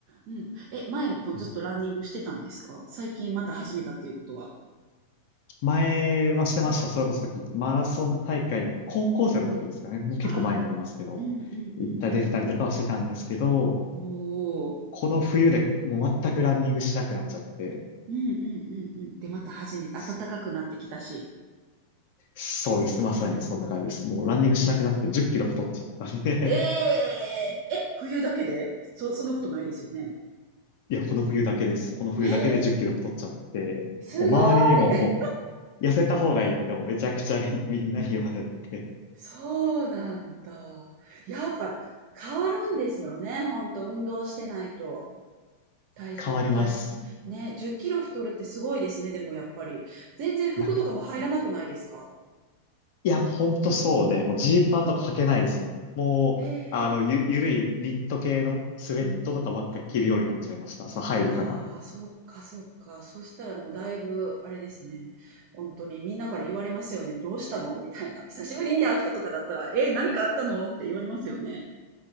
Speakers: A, on the right; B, on the left.
A: うん。え、前もずっとランニングしてたんですか？
B: うん
A: 最近また始めたっていうことは。
B: 前はしてました。それこそさっきマラソン大会で高校生の時ですかね。もう結構前になりますけど、
A: ああ。うんうんうん
B: 行った出てたりとかはしてたんですけど、
A: うん。おお。
B: この冬でもう全くランニングしなくなっちゃって、
A: うんうんうんうん。で、また始めた暖かくなってきたし。
B: そそうです。まさにそんな感じです。もうランニングしなくなって10キロ太っちゃったんで
A: ね。えええ、冬だけでそ、そんなことないですよね。
B: <laughs> いや、この冬だけです。この冬だけで10キロ太っちゃって、
A: えーすごい。
B: もう周りにももう痩せた方がいいってもうめちゃくちゃみんなに言われて
A: そうなんだ。やっぱ変わるんですよね。ほんと、運動してないと。体調、
B: 変わります。
A: 体、ね、10キロ太るってすごいですね。でもやっぱり。全然服とかも入らなくないですか
B: ないや、ほんとそうで、もうジーパンとか履けないですもん。もう、
A: へえ。
B: あの、ゆ、ゆるいニット系のスウェットとかばっか着るようになっちゃいました。
A: うんうんうん
B: そう、入るから。
A: ああ、そっかそっか。そしたらもうだいぶあれですね。本当にみんなから言われますよね。「どうしたの？」みたいな。久しぶりに会う人とかだったら、「え、何かあったの？」って言われますよね。